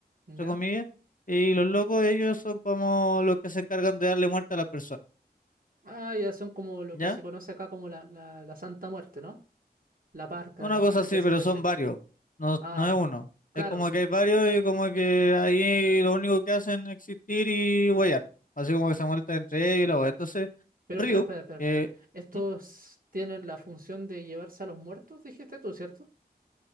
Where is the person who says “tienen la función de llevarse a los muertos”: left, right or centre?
Right